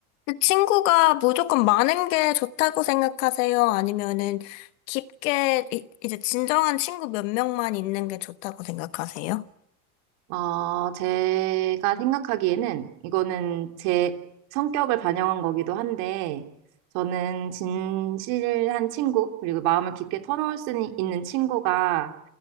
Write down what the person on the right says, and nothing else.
어, 제가 생각하기에는 이거는 제 성격을 반영한 거기도 한데, 저는 진실한 친구, 그리고 마음을 깊게 터놓을 수 있는 친구가